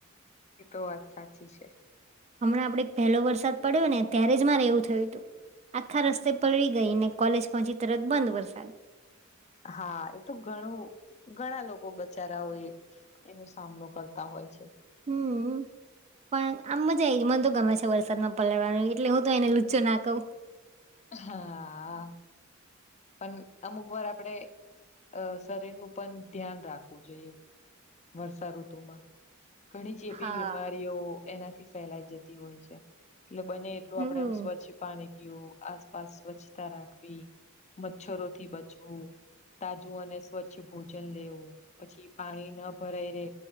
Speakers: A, on the left; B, on the right.
A: એ તો વાત સાચી છે.
B: હમણાં આપડે પહેલો વરસાદ પડ્યો ને ત્યારે જ મારે એવું થયું હતુ આખા રસ્તે પડડી ગઈ, ને કોલેજ પહોંચી તરત બંધ વરસાદ
A: હા એ તો ઘણું ઘણા લોકો બચારા હોય. એનો સામનો કરતા હોય છે.
B: હમ્મ પણ આમ મજા મને તો ગમે છે વરસાદમાં પલળવાનું એટલે હું તો એને લુચો ના કહુ.
A: હા પણ અમુક વાર આપડે અ શરીરનું પણ ધ્યાન રાખવું જોઈએ વર્ષા ઋતુમા ઘણી જે એવીી
B: હા.
A: બીમારીઓ એનાથી ફેલાઈ જતી હોય છે, એટલે બને એલું
B: હમ્મ
A: આપડે આમ સ્વચ્છ પાણી પીવું આસપાસ સ્વચ્છતા રાખવી મચ્છરોથી બચવું તાજું અને સ્વચ્છ ભોજન લેવું પછી પાણી ન ભરાઈ રે